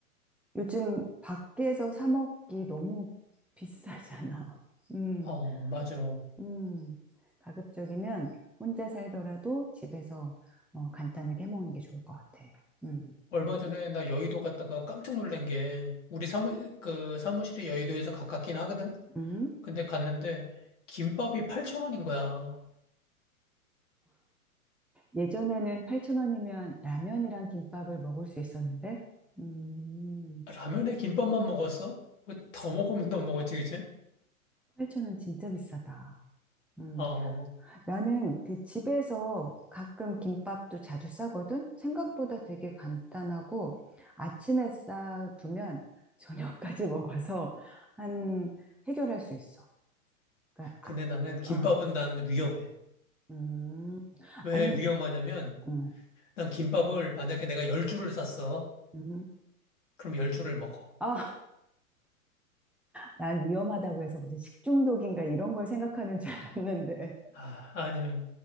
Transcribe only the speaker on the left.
어, 맞아.
얼마 전에 나 여의도 갔다가 깜짝 놀란 게 우리 사무 그 사무실이 여의도에서 가깝긴 하거든.
근데 갔는데 김밥이 8,000원인 거야.
라면에 김밥만 먹었어? 뭐더 먹으면 더 먹었지, 그치?
어,
근데 나는 김밥은
난 위험해.
왜
위험하냐면,
난 김밥을 만약에 내가 열 줄을 샀어.
그럼 열 줄을 먹어.
아, 아니야.